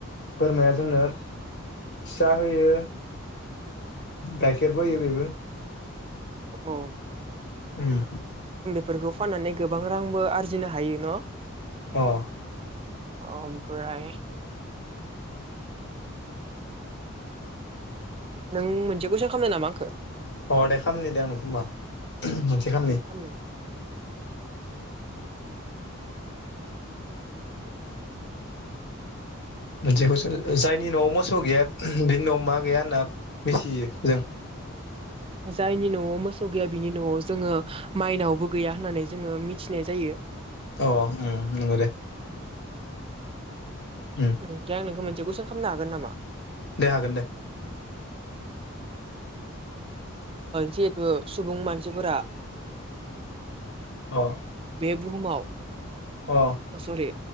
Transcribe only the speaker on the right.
औ।
फोरखौ फाननानै गोबां रांबो आरजिनो हायो न ।
अ ओमफ्राय नों मोनसे कुइसन खालामदो नामा आंखौ
दे खालामनो
जायनि न'आव मोसौ गैया बिनि न'आव जोङो माइनावबो गैया होननानै जोङो मिथिनाय जायो।
ओमफ्राय आं नोंखौ मोनसे कुइसन खालामनो हागोन नामा?
जिहेथु सुबुं मानसिफोरा
बे बुहुमाव
सरि